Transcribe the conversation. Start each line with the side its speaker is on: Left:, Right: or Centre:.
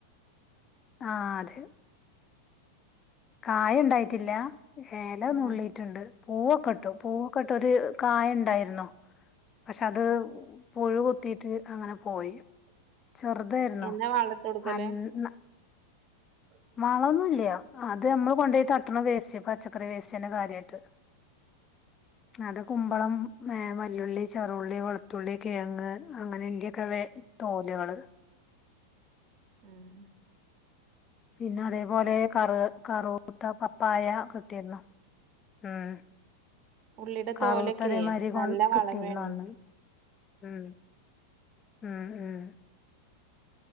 Left: ആഹ് അതെ. കായ ഇണ്ടായിട്ടില്ല ഏല
Right: ഉം
Left: നുള്ളീട്ടിണ്ട്. പൂവൊക്കട്ടു പൂവൊക്കെട്ട് ഒരു കായ് ഇണ്ടായിര്ന്നു പക്ഷെ അത് പുഴു കുത്തിയിട്ട് അങ്ങന പോയി ചെറുതായിര്ന്നു
Right: എന്നാ വളട്ട് കൊടുക്കല്
Left: അന്ന വളൊന്നുല്ല്യ. അത് നമ്മള് കൊണ്ടോയ് തട്ടണ വേസ്റ്റ് പച്ചക്കറി വേസ്റ്റ് തന്നെ കാര്യാട്ട് അത് കുമ്പളം, ഏഹ് വല്ലുള്ളി, ചെറുള്ളി, വെളുത്തുള്ളി, കെയ്ങ്ങ് അങ്ങനെ ഇയ്ന്റെക്ക വേ തോല്കള്
Right: ഉം
Left: പിന്ന അതേപോലെ കറ് കറൂത്ത പപ്പായ കിട്ടിര്ന്നു. ഉം
Right: ഉള്ളിയുടെ
Left: കറൂത്ത
Right: തോലൊക്കെ
Left: അതേമാരി കൊൺ
Right: നല്ല
Left: കിട്ടിയിരുന്നു
Right: വളമേണ്
Left: അന്ന്. ഉം ഉം ഉം.